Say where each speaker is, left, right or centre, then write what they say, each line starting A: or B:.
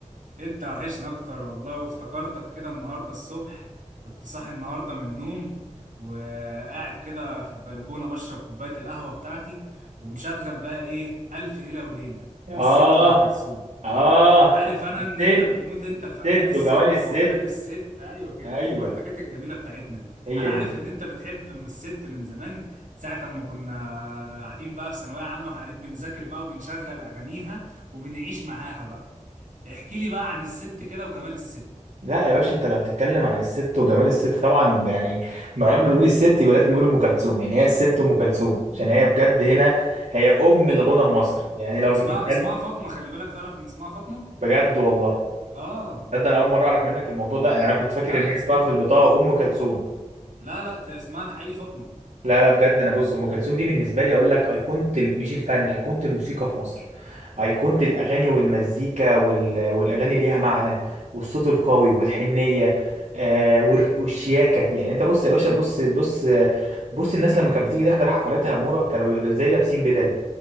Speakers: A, on the right; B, on the right.
A: انت وحشنا اكتر والله وافتكرتك كده النهارده الصبح كنت صاحي النهارده من النوم وقاعد كده في البلكونه بشرب كوبايه القهوه بتاعتي ومشغل بقى ايه الف ليله وليله
B: اه
A: للست ام كلثوم
B: اه
A: عارف انا
B: الست
A: ان انت بتموت انت في اغاني
B: ست
A: الست
B: وجمال الست
A: وحاجات الست ايوه كده
B: ايوه
A: ايوه الحاجات الجميله بتاعتنا دي
B: هي
A: انا عارف
B: دي
A: ان انت بتحب ام الست من زمان ساعه اما كنا قاعدين بقى في ثانويه عامه احنا قاعدين بنذاكر بقى وبنشغل اغانيها وبنعيش معاها بقى احكي لي بقى عن الست كده وجمال الست
B: لا يا باشا انت لو تتكلم عن الست وجمال الست طبعا يعني ما لما بنقول الست يبقى لازم نقول ام كلثوم يعني هي الست ام كلثوم عشان هي بجد هنا هي ام الغنى المصري
A: أيوة.
B: يعني لو
A: واسمها
B: بتتكلم
A: اسمها فاطمة خلي بالك تعرف ان اسمها فاطمة
B: بجد والله
A: اه
B: تصدق انا اول مره اعرف منك الموضوع ده يعني انا كنت فاكر
A: لا
B: ان
A: لا
B: هي
A: اسمها
B: اسمها في
A: فاطمة
B: البطاقه ام كلثوم
A: لا لا ت- اسمها الحقيقي فاطمة
B: لا لا بجد انا بص ام كلثوم دي بالنسبه لي هقول لك ايقونه ال- مش الفن ايقونه الموسيقى في مصر ايقونه الاغاني والمزيكا وال... والاغاني اللي ليها معنى والصوت القوي والحنيه آه وال... والشياكه يعني انت بص يا باشا بص بص بص الناس لما كانت بتيجي تحضر حفلاتها مورا كانوا بيبقوا ازاي لابسين بدل